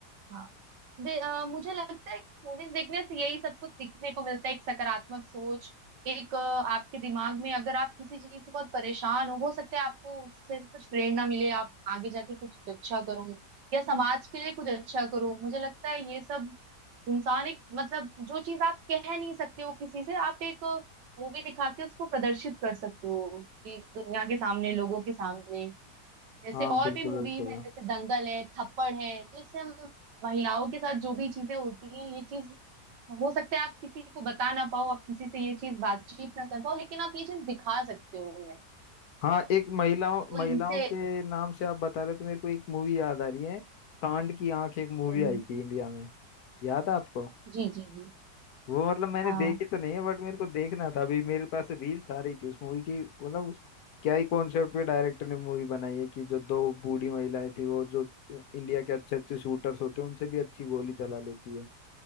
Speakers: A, on the right; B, on the left.
A: हाँ दे, अ, मुझे लगता है मूवीज देखने से यही सब कुछ सीखने को मिलता है एक सकारात्मक सोच एक अ, आपके दिमाग में अगर आप किसी चीज से बहुत परेशान हो हो सकता है आपको उससे कुछ प्रेरणा मिले आप आगे जाके कुछ अच्छा करो या समाज के लिए कुछ अच्छा करो मुझे लगता है ये सब इंसान एक मतलब जो चीज आप कह नहीं सकते हो किसी से आप एक मूवी दिखा के उसको प्रदर्शित कर सकते हो कि दुनिया के सामने लोगों के सामने जैसे
B: हाँ
A: और
B: बिल्कुल
A: भी मूवीज
B: बिल्कुल
A: है जैसे दंगल है थप्पड़ है तो इससे हम महिलाओं के साथ जो भी चीजें होती हैं ये चीज हो सकता है आप किसी को बता ना पाओ आप किसी से ये चीज बातचीत ना कर पाओ लेकिन आप ये चीज दिखा सकते हो उन्हें
B: हाँ एक महिलाओं
A: तो
B: महिलाओं
A: इनसे
B: के नाम से आप बता रहे हो तो मेरे को एक मूवी याद आ रही है सांड की आंख एक मूवी
A: हम्म,
B: आई थी इंडिया में याद है आपको
A: जी जी जी
B: वो मतलब मैंने
A: हाँ
B: देखी तो नहीं है बट मेरे को देखना था अभी मेरे पास रील्स आ रही थी उस मूवी की मतलब उस- क्या ही कॉन्सेप्ट पे डायरेक्टर ने मूवी बनाई है कि जो दो बूढ़ी महिलाएं थी वो जो इंडिया के अच्छे अच्छे शूटर्स होते हैं उनसे भी अच्छी गोली चला लेती है